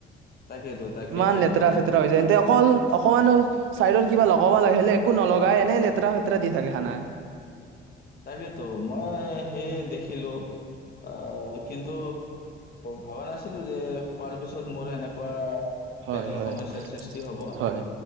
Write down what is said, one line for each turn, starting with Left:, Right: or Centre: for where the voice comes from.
Left: তাকেতো তাকেইতো
Right: ইমান লেতেৰা
Left: সেইকাৰণেতো
Right: ফেতেৰা হৈ যায় এতে অকল অকমানো চাইডত কিবা লগাব লাগিলে একো নলগাই এনে লেতেৰা ফেতেৰা দি থাকে খানা
Left: তাকেইতো মই সেইয়ে দেখিলো আহ কিন্তু ভাবা নাছিলো যে খোৱাৰ পিছত মোৰ এনেকুৱা
Right: হয়
Left: পেটৰ
Right: হয়।
Left: সমস্যাৰ সৃষ্টি হ'ব
Right: হয়